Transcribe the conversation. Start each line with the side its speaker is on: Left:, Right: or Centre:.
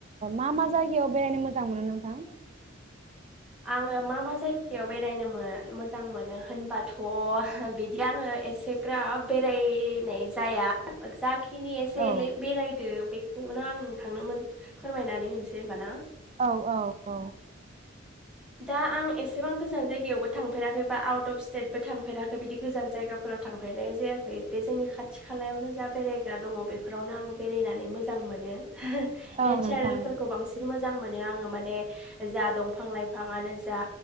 Right: मा मा जायगायाव बेरायनो मोजां मोनो नोंथां?
Centre: आंङो मा मा जायगायाव बेरायनोमोन मोजां मोनो होनबाथ' बिदि आङो एसे ग्राब बेरायनाय जाया जाखा खिनि एसे
Right: औ
Centre: एनै बेरायदो बे बेखौनो आं नों थांनो फोरमायनानै होनोसै होनबाना?
Right: औ औ औ
Centre: दा आं एसेबां गोजान जायगायावबो थांफेराखै बा आउट अफ स्टेटबो थांफेराखै बिदि गोजान जायगाफोराव थांफेरनाय जायाखै बे जोंनि खाथि खालायावनो जा बेरायग्रा दङ बेफोरावनो आं बेरायनानै मोजां मोनो। नेचारेलफोरखौ
Right: औ नोंथां
Centre: बांसिन मोजां मोनो आंङो माने बे जा दंफां लाइफां बिफांनो जा